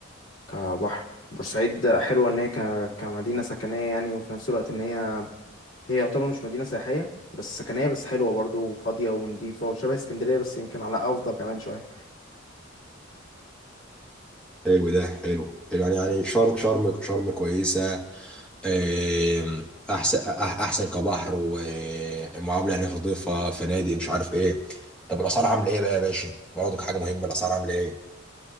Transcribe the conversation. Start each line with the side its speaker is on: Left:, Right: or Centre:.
Left: كبحر بورسعيد حلوة إن هي ك... كمدينة سكنية يعني وفي نفس الوقت إن هي هي يعتبر مش مدينة سياحية بس سكنية بس حلوة برضو وفاضية ونضيفة وشبه اسكندرية بس يمكن على أفضل كمان شوية
Centre: حلو ده حلو حلو يعني يعني شرم شرم شرم كويسة آم، احسن أح- احسن كبحر ومعامله هناك نظيفه فنادق مش عارف ايه طب الاسعار عامله ايه بقى يا باشا برضك حاجه مهمه الاسعار عامله ايه